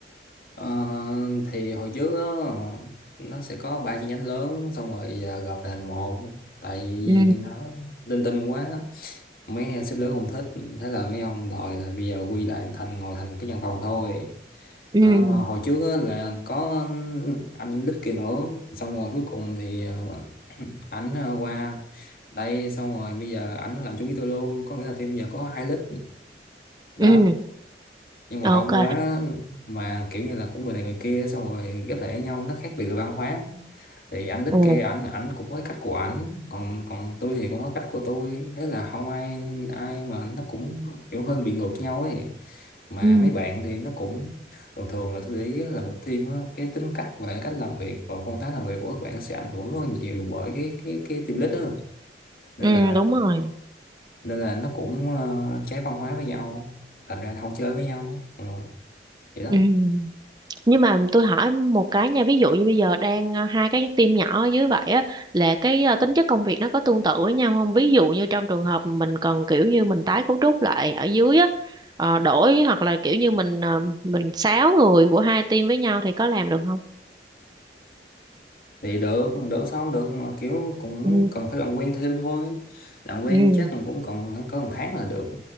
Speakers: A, on the left; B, on the right.
A: Ờ, thì hồi trước đó, nó sẽ có ba chi nhánh lớn xong rồi giờ gộp thành một tại vì
B: ừ
A: nó linh tinh quá mấy sếp lớn không thích thế là mấy ông đòi là bây giờ quy lại thành ngồi thành cái văn phòng thôi
B: ừ
A: Ờ, hồi trước á, là có anh Lít kia nữa xong rồi cuối cùng thì ờ, <clears throat> ảnh ờ, qua đây xong rồi bây giờ ảnh làm chung với tôi luôn có nghĩa là team giờ có hai Lít đó
B: ừ
A: nhưng mà
B: ok
A: đông quá mà kiểu như là cũng người này người kia xong rồi ghép lại với nhau nó khác biệt về văn hóa thì anh lít
B: Ồ,
A: kia ảnh ảnh cũng có cái cách của ảnh còn còn tôi thì cũng có cách của tôi thế là không ai ai mà nó cũng kiểu hơi bị ngược nhau ấy mà
B: ừ
A: mấy bạn thì nó cũng thường thường là tôi để ý á, là một team á, cái tính cách và cách làm việc và phong thái làm việc của các bạn sẽ ảnh hưởng rất là nhiều bởi cái cái cái team lead đó nên
B: ừ
A: là
B: đúng rồi
A: nên là nó cũng ờ, trái văn hóa với nhau thành ra nó không chơi với nhau ừ. vậy đó
B: ừ nhưng mà tôi hỏi một cái nha ví dụ như bây giờ đang ờ, hai cái team nhỏ ở dưới vậy á là cái ờ, tính chất công việc nó có tương tự với nhau không ví dụ như trong trường hợp mình cần kiểu như mình tái cấu trúc lại ở dưới á ờ, đổi hoặc là kiểu như mình ờ, mình sáu người của hai team với nhau thì có làm được không
A: thì được được sao không được mà kiểu cũng
B: ừ
A: cần phải làm quen thêm thôi làm quen
B: ừ
A: chắc là cũng còn khoảng có một tháng là được